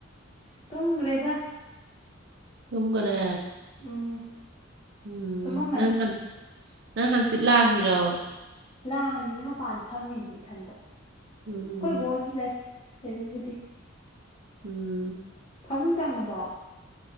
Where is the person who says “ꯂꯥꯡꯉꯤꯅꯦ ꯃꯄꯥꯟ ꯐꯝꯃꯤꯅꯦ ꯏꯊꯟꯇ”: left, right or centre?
Left